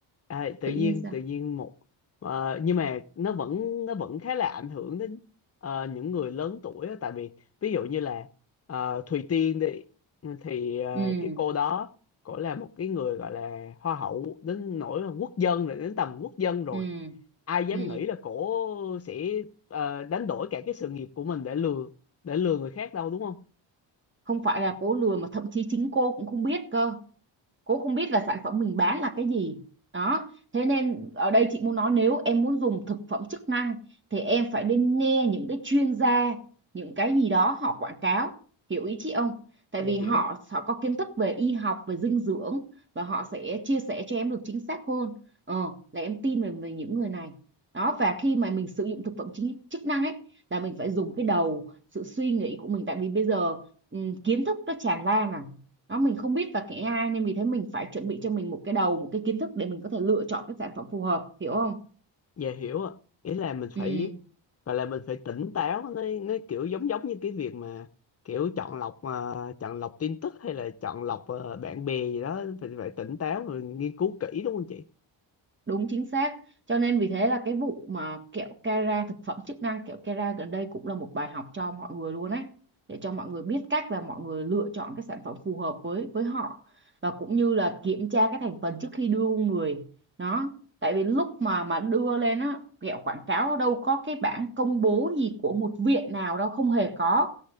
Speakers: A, on the left; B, on the right.
A: à, tự
B: tự
A: nhiên
B: nhiên sao?
A: tự nhiên một ờ, nhưng mà nó vẫn nó vẫn khá là ảnh hưởng đến ờ, những người lớn tuổi á. tại vì ví dụ như là ờ, Thùy Tiên đi thì ờ,
B: Ừ
A: cái cô đó cổ là một cái người gọi là hoa hậu đến nỗi là quốc dân rồi đến tầm quốc dân rồi
B: ừ
A: ai dám
B: ừ
A: nghĩ là cổ sẽ ờ, đánh đổi cả cái sự nghiệp của mình để lừa để lừa người khác đâu đúng không?
B: không phải là cố lừa mà thậm chí chính cô cũng không biết cơ cô không biết là sản phẩm mình bán là cái gì đó thế nên ở đây chị muốn nói nếu em muốn dùng thực phẩm chức năng thì em phải nên nghe những cái chuyên gia những cái gì đó họ quảng cáo hiểu ý chị không tại
A: Dạ
B: vì họ
A: hiểu
B: họ có kiến thức về y học về dinh dưỡng và họ sẽ chia sẻ cho em được chính xác hơn ờ, là em tin về, về những người này đó và khi mà mình sử dụng thực phẩm chính, chức năng ấy là mình phải dùng cái đầu sự suy nghĩ của mình tại vì bây giờ ừ, kiến thức nó tràn lan à đó mình không biết và cái AI nên vì thế mình phải chuẩn bị cho mình một cái đầu một cái kiến thức để mình có thể lựa chọn cái sản phẩm phù hợp hiểu không
A: dạ hiểu ạ Nghĩa là mình phải
B: ừ
A: gọi là mình phải tỉnh táo nó nó kiểu giống giống như cái việc mà kiểu chọn lọc mà chọn lọc tin tức hay là chọn lọc ờ, bạn bè gì đó phải phải tỉnh táo rồi nghiên cứu kỹ đúng không chị
B: Đúng chính xác. Cho nên vì thế là cái vụ mà kẹo Kera thực phẩm chức năng kẹo Kera gần đây cũng là một bài học cho mọi người luôn ấy. Để cho mọi người biết cách là mọi người lựa chọn cái sản phẩm phù hợp với với họ và cũng như là kiểm tra cái thành phần trước khi đưa vô người. Đó. Tại vì lúc mà mà đưa lên á kẹo quảng cáo đâu có cái bảng công bố gì của một viện nào đâu không hề có.